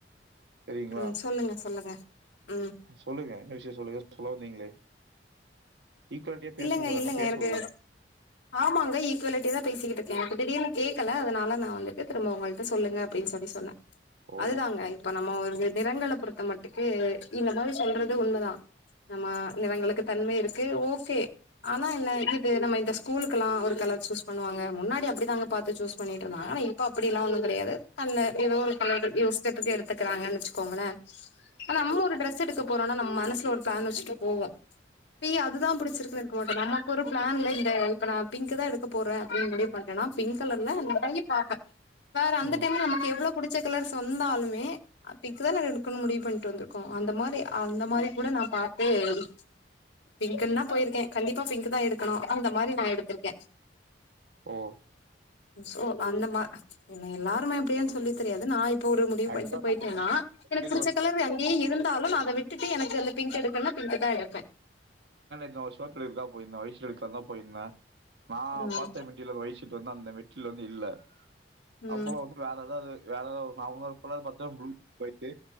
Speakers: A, on the right; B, on the left.
A: தெரியுங்களா
B: ம் சொல்லுங்க சொல்லுங்க ம்
A: சொல்லுங்க என்ன விஷயோ சொல்லு ங்க நீங்களே ஈக்குவாலிட்டியா பேசனுனு
B: இல்லங்க
A: சொன்னாங்க
B: இல்லங்க
A: பேச
B: எனக்கு
A: உடுவங்க
B: ஆமாங்க ஈக்குவாலிட்டியா தா பேசிக்கிட்டு இருக்க இப்ப திடீர்னு கேக்கல அதனால நா வந்துட்டு திரும்ப உங்கள்ட்ட சொல்லுங்க அப்டின்னு சொல்லி சொன்ன
A: ஓ
B: அதுதாங்க இப்ப நம்ம ஒரு இது நிறங்கள பொறுத்த மட்டுக்கு இந்த மாரி சொல்றது உண்மதா நம்ம நிறங்களுக்கு தன்மை இருக் கே ஓஸ் செ ஆனா என்ன இப்போ நம்ம இந்த ஸ்கூலுக்குலா ஒரு கலர் சூஸ் பண்ணுவாங்க முன்னாடி அப்டிதாங்க பாத்து சூஸ் பண்ணிட்ருந்தாங்க இப்போ அப்டிலா ஒன்னு கெடையாது கண்ண எதோ ஒரு கலருக்கு இஸ்டதுக்கு எடுத்துக்குறாங்கன் வெச்சுக்கோங்களே நம்ம அம்மா கூட ட்ரெஸ் எடுக்க போறோனா நம் மனசுல ஒரு பிளான் வச்சுட்டு போவோ ஏ அதுதா புடிச் சிருக்கு எட்க்கமட்டே நமக்கு ஒரு பிளான்லா இல்ல இப்ப நா பிங்க்குதா எடுக்க போறே அப்டின் முடிவு பண்டனா பிங்க் கலர்ல நெறைய பாப்பே வேற அந்த
A: ம்
B: டைம்ல நமக்கு எவ்ளோ புடிக் ச்ச கலர்ஸ் வந்தாலுமே அ பிங்க் தான எடுக்கணுன் முடிவு பண்ட்டு வந்துருக்கோ அந்த மாரி அந்த மாரி கூட நா பாத்தே எடி பிங்க்குன்னா போயிருக்கே கண்டிப்பா பிங்க்கு தா எடுக்கணு அந்த மாரி நா எடுத்திருக்கே
A: ஓ
B: சோ அந்த மா என்ன எல்லாருமே அப்டியான் சொல்லி தெரியாது நாள் போறேன் முடிவு
A: ஆக்சுவலா
B: பண்ட்டு போயிட்டே நா எனக்கு
A: நேத்து
B: புடிச்ச
A: ஒரு
B: கலரு அங்கே இருந்தாலு நா ன்ன விட்டுட்டு எனக்கு வந்து பிங்க் எடுக்கனுனா பிங்க்கு தா எடுப்பே
A: நா ஒரு ஷேர்ட் எடுக்றதுக்காக போயிருந்தே வயசுல எடுக்கலாந்தா போயிருந்தே நா
B: ம்
A: பாத்த மெட்டிரியலோட வய்சு ஷேட்டு வந்து அந்த மெட்ரில் லெவல்ல இல்ல
B: ம்
A: அப்போ வந்து வேற எதாவ்து வேலலா நார்மல் இப்பலா பாத்தா முழு போய்ட்டு